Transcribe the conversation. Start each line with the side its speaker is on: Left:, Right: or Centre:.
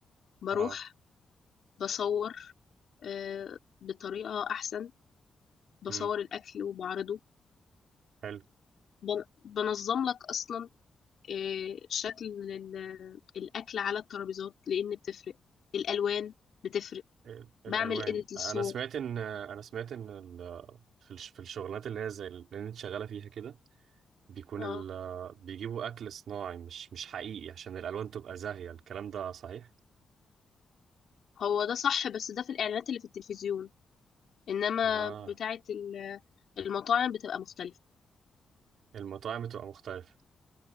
Left: بروح
Right: اه
Left: بصور آه، بطريقة أحسن بصور
Right: امم
Left: الأكل وبعرضه
Right: حلو
Left: بن- بنظم لك أصلا آه، شكل ال- الأكل على الترابيزات لأن بتفرق الألوان بتفرق
Right: ال- الالوان
Left: بعمل إيديت للصور
Right: انا سمعت ان انا سمعت ان ال... في الش- في الشغلانات اللي هي زي اللي انت شغالة فيها كده بيكون
Left: اه
Right: ال بيجيبوا أكل صناعي مش مش حقيقي عشان الألوان تبقى زاهية الكلام ده صحيح؟
Left: هو ده صح بس ده في الإعلانات اللي في التلفزيون إنما
Right: آه
Left: بتاعة ال- المطاعم بتبقى مختلفة
Right: المطاعم بتبقى مختلفة